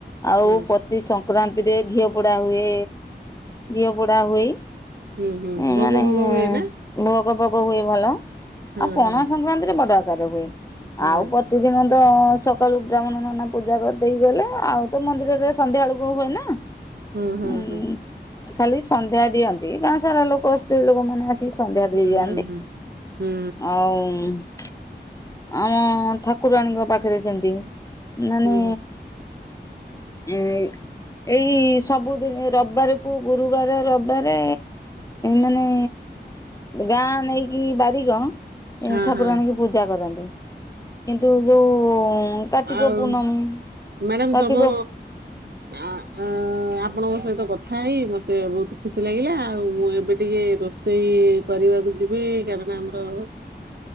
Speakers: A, on the left; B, on the right.
A: ଆଉ
B: ହଁ
A: ପତି ସଂକ୍ରାନ୍ତିରେ ଘିଅ ପୋଡା ହୁଏ ଘିଅ ପୋଡା ହୋଇ
B: ହୁଁ ହୁଁ
A: ଏ
B: ଭୋଗ
A: ମାନେ
B: ଭୋଗ ହୁଏ ନା?
A: ଭୋଗ ଫୋଗ ହୁଏ ଭଲ
B: ହଁ
A: ଆଉ ପଣା
B: ହଁ
A: ସଂକ୍ରାନ୍ତିରେ ବଡ ଆକାର ହୁଏ
B: ହଁ
A: ଆଉ ପ୍ରତିଦିନ ତ ସକାଳୁ ବ୍ରାହ୍ମଣ ନନା ପୂଜା ଦେଇଗଲେ ଆଉ ତ ମନ୍ଦିରରେ ସନ୍ଧ୍ୟା ବେଳକୁ ହୁଏ ନା।
B: ହୁଁ
A: ଉଁ
B: ହୁଁ ହୁଁ।
A: ଖାଲି ସନ୍ଧ୍ୟା ଦିଅନ୍ତି ଗାଁ ସାରା ଲୋକ ସ୍ତ୍ରୀ ଲୋକମାନେ ଆସି ସନ୍ଧ୍ୟା ଦେଇ
B: ହୁଁ
A: ଯାଆନ୍ତି
B: ହୁଁ ହୁଁ ହୁଁ
A: ଆଉ ଆମ ଠାକୁରାଣୀଙ୍କ ପାଖରେ ସେମିତି ମାନେ
B: ହୁଁ
A: ଏ ଏଇ ସବୁଦିନ ରବିବାରକୁ ଗୁରୁବାର ରବିବାର ମାନେ ଗାଁ ନେଇକି ବାରିିକ
B: ହଁ
A: ଠାକୁରାଣୀ
B: ହଁ
A: କି ପୂଜା କରନ୍ତି କିନ୍ତୁ ଯୋଉ କାର୍ତ୍ତିକ
B: ଆଉ
A: ପୂର୍ଣ୍ଣମୀ
B: ମ୍ୟାଡ଼ାମ
A: କାର୍ତ୍ତିକ
B: ତମ ଅ ଅ ଆପଣଙ୍କ ସହିତ କଥା ହେଇ ମୋତେ ବହୁତ ଖୁସି ଲାଗିଲା ଆଉ ମୁଁ ଏବେ ଟିକେ ରୋଷେଇ କରିବାକୁ ଯିବି କାରଣ ଆମର